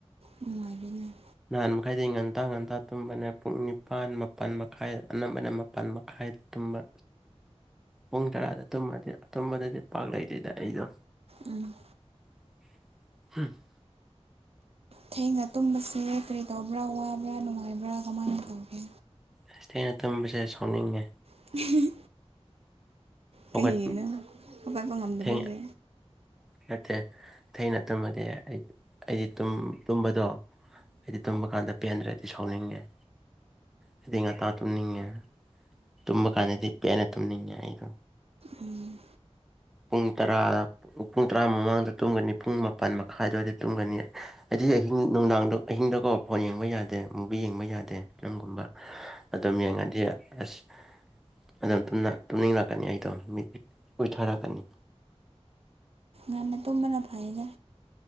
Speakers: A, on the right; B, in the centre.
A: ꯅꯨꯡꯉꯥꯏ <unintelligible>
B: ꯅꯍꯥꯟ ꯃꯈꯩꯗꯤ ꯉꯟꯇꯥ ꯉꯟꯇꯥ ꯇꯨꯝꯕꯅꯦ ꯄꯨꯡ ꯅꯤꯄꯥꯟ ꯃꯥꯄꯟ ꯃꯈꯥꯏ ꯑꯅꯝꯕꯅ ꯃꯥꯄꯟ ꯃꯈꯥꯏ ꯇꯨꯝꯕ ꯄꯨꯡ ꯇꯔꯥꯗ ꯇꯨꯝꯃꯗꯤ ꯇꯨꯝꯕꯗꯗꯤ ꯄꯥꯛ ꯂꯩꯇꯦꯗ ꯑꯩꯗꯣ
A: ꯎꯝ
B: <unintelligible>
A: ꯊꯦꯡꯅ ꯇꯨꯝꯕꯁꯦ ꯀꯔꯤ ꯇꯧꯕ꯭ꯔ ꯋꯥꯕ꯭ꯔꯥ ꯅꯨꯡꯉꯥꯏꯕ꯭ꯔꯥ ꯀꯃꯥꯏꯅ ꯇꯧꯒꯦ
B: ꯑꯁ ꯊꯦꯡꯅ ꯇꯨꯝꯕꯁꯦ ꯁꯥꯎꯅꯤꯡꯉꯦ
A: <unintelligible>
B: ꯍꯧꯒꯠ
A: ꯀꯩꯒꯤꯅ ꯍꯧꯒꯠꯄ ꯉꯝꯗꯕꯒꯤ
B: ꯊꯦꯡꯅ ꯅꯠꯇꯦ ꯊꯦꯡꯅ ꯇꯨꯝꯃꯗꯤ ꯑꯩ ꯑꯩꯗꯤ ꯇꯨꯝꯕꯗꯣ ꯑꯩꯗꯤ ꯇꯨꯝꯕ ꯀꯥꯟꯗ ꯄꯦꯟꯗ꯭ꯔꯦꯗꯤ ꯁꯥꯎꯅꯤꯡꯉꯦ ꯑꯩꯗꯤ ꯉꯟꯇꯥ ꯇꯨꯝꯅꯤꯡꯉꯦ ꯇꯨꯝꯕ ꯀꯥꯟꯗꯗꯤ ꯄꯦꯟꯅ ꯇꯨꯝꯅꯤꯡꯉꯦ ꯑꯩꯗꯣ
A: ꯎꯝ
B: ꯄꯨꯡ ꯇꯔꯥ ꯄꯨꯡ ꯇꯔꯥ ꯃꯃꯥꯡꯗ ꯇꯨꯝꯒꯅꯤ ꯄꯨꯡ ꯃꯥꯄꯟ ꯃꯈꯥꯏ ꯑꯗ꯭ꯋꯥꯏꯗ ꯇꯨꯝꯒꯅꯤ ꯑꯩꯗꯤ ꯑꯍꯤꯡ ꯅꯨꯡꯗꯥꯡꯗꯣ ꯑꯍꯤꯡꯗꯀꯣ ꯐꯣꯟ ꯌꯦꯡꯕ ꯌꯥꯗꯦ ꯃꯨꯚꯤ ꯌꯦꯡꯕ ꯌꯥꯗꯦ ꯐꯤꯂꯝꯒꯨꯝꯕ ꯑꯗꯨꯝ ꯌꯦꯡꯉꯗꯤ ꯑꯁ ꯑꯗꯨꯝ ꯇꯨꯝꯅꯤꯡꯉꯛꯀꯅꯤ ꯑꯩꯗꯣ ꯎꯏꯊꯔꯛꯀꯅꯤ꯫
A: ꯉꯟꯅ ꯇꯨꯝꯕꯅ ꯐꯥꯏꯗꯦ꯫